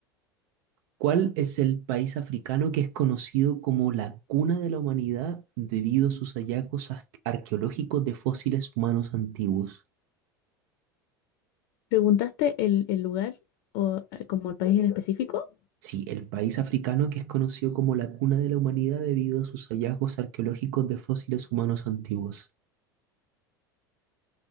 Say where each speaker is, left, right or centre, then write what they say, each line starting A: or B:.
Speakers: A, on the right; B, on the left.
A: ¿Cuál es el país africano que es conocido como la cuna de la humanidad debido a sus hallazgos ar- arqueológicos de fósiles humanos antiguos?
B: ¿Preguntaste el, el lugar o eh, como el país en específico?
A: Sí, el país africano que es conocido como la cuna de la humanidad debido a sus hallazgos arqueológicos de fósiles humanos antiguos.